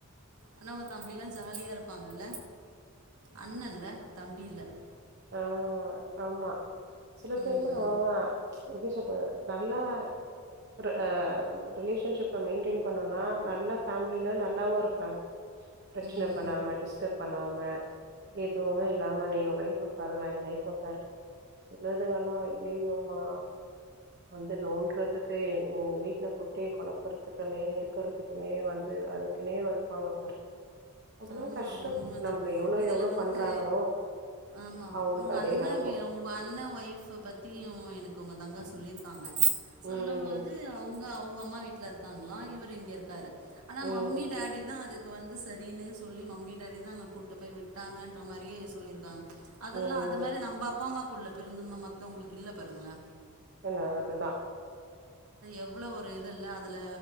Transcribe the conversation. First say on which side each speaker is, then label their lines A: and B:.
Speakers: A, on the right; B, on the right.
A: ஆனா அவங்க தம்பில்லா ஜாலியா இருப்பாங்கல்ல அண்ணன்ல்ல தம்பில்ல
B: ஆ ஆமா சில பேர்லா
A: ம்
B: ஆ எப்டி சொல்றது நல்லா பிற ஆ ரிலேஷன்ஷிப் இப்ப மெயின்டென் பண்ணுன்னா நல்லா ஃபேமிலில நல்லாவூ இருக்குறாங்க பிரச்சன
A: ம்
B: பண்ணாம டிஸ்டர்ப் பண்ணாம எதுவூ இல்லாம நீ ஊ லைஃப் பாரு நா ஏ லைஃப் பாறு சின்னதுங்கல்லூ நீங்கம்மா வந்து நோட்றத்து இதுக்கு ஓ வீட்ல குட்டய கொழப்பறதுக்குனே இருக் க்குறதுக்குனே வந்து அதுக்குனே இருப்பாங்க பாரு அதெல்லாம்
A: ஆமா
B: கஷ்டம்.
A: உண்மதா
B: நம்மள எவ்வளோ
A: இதுல
B: எவ்வளோ
A: வந்து
B: பண்றாங்களோ,
A: ஆமா
B: அவங்களுக்கு
A: உங்க
B: அதே
A: அண்ணெ
B: நடக்கும்.
A: வீட் உங்க அண்ணெ ஒயீஃப் பத்தி உ எனக்கு உங்க தங்க சொல்லியிருக்காங்க சொல்லூ
B: ம்,
A: போது தூ அவுங்க அவுங்க அம்மா வீட்ல இருக்காங்களா இவரூ இங்க இருக்காரு ஆனா
B: ம்,
A: மம்மி டேடி தா அதுக் இது வந்து சரின்னு சொல்லி மம்மி டாடி தா அங்க கூப்ட்டு போய் விட்டாங்கன்ற மாரியே சொல்லியிருக்காங்க அதெல்லா
B: ம்.
A: அது மாதிரி நம்ம அப்பா அம்மாக்குள்ள பெருந்தன்மை மத்தவங்களுக்கு இல்ல பாருங்களே
B: என்ன அதுதா
A: எவ்வளோ ஒரு இது இல்ல அதுல